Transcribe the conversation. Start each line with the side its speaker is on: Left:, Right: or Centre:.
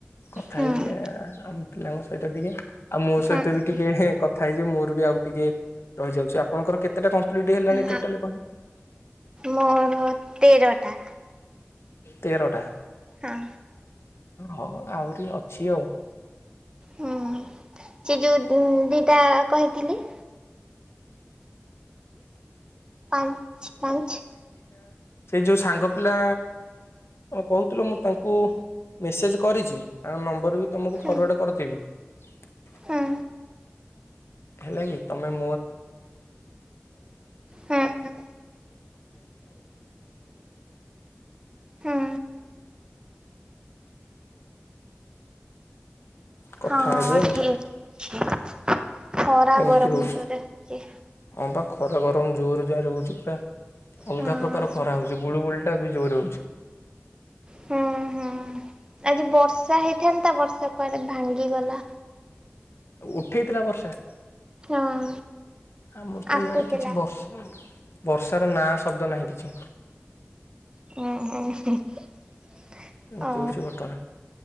Left: କଥା
Right: ହୁଁ
Left: ହେଇଯିବ
Right: ହୁଁ।
Left: ଆମ ପିଲାଙ୍କ ସହିତ ଟିକେ। ଆଉ ମୋ
Right: ହଁ
Left: ସହିତ ବି ଟିକେ କଥା ହେଇଯ ମୋ ଆଉ ଟିକେ ରହିଯାଉଛି ଆପଣଙ୍କର କେତେ ଟା କ ପ୍ଲିଡ଼ି ହେଲାଣି
Right: ହଁ
Left: ଟୋଟାଲି କ <inaudible>
Right: ମୋର ତେରଟା।
Left: ତେରଟା।
Right: ହଁ
Left: ହଉ ଆହୁରି ଅଛି ଆଉ।
Right: ହୁଁ ସେ ଯୋଉ ଦିଟା। କହିଥିଲି। ପାଞ୍ଚ ପାଞ୍ଚ।
Left: ସେ ଯେଉ ସାଙ୍ଗ ପିଲା କଣ କହୁଥିଲ ମୁଁ ତାଙ୍କୁ ମେସେଜ କରିଛି ତାଙ୍କ ନମ୍ବର ବି। ତମକୁ
Right: ହୁଁ
Left: ଫରୱାର୍ଡ କରିଦେବି। <inaudible>
Right: ହୁଁ।
Left: ହେ ଲାଗି ତମେ। <inaudible>
Right: ହୁଁ ହୁଁ
Left: କଥା
Right: ହଁ
Left: ହେବେ
Right: ଅଠର।
Left: ଆଉ
Right: ଖରା
Left: ଏମିତି
Right: ଗରମ
Left: ହଉଛି
Right: ଜୋରେ ହଉଛି।
Left: ହଁ ବା ଖରା ଗରମ ଜୋର ଜୋରେ ହେଉଛି ପୁରା ଅଲଗା
Right: ହଁ
Left: ପ୍ରକାର ଖରା ହେଉଛି ଗୁଳୁ ଗୁଳିଟା ବି ଜୋର ହେଉଛି। <inaudible>
Right: ହୁଁ ହୁଁ ଆଜି ବର୍ଷା ହେଇଥାନ୍ତା ବର୍ଷା କୁଆଡେ ଭାଙ୍ଗିଗଲା।
Left: ଉଠେଇଥିଲା ବର୍ଷା।
Right: ହଁ।
Left: ଆମର
Right: ଆସୁଥିଲା।
Left: ତ ଇଆଡ଼େ କିଛି ବର୍ଷ ଆଉ। ବର୍ଷାର ନାଁ ଶବ୍ଦ ନାହିଁ କିଛି।
Right: ହୁଁ ହୁଁ <inaudible>
Left: ଏମିତି
Right: ହ ଓ।
Left: ହଉଛି ଘଟଣା